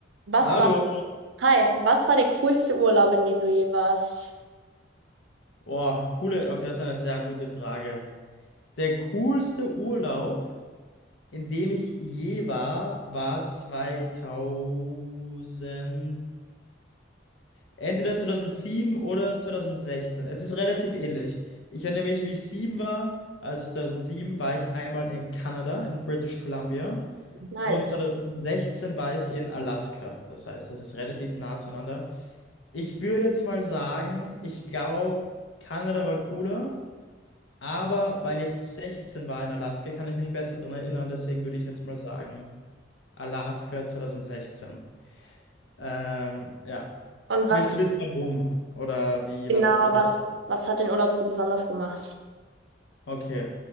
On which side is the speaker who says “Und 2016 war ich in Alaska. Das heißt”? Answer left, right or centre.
Left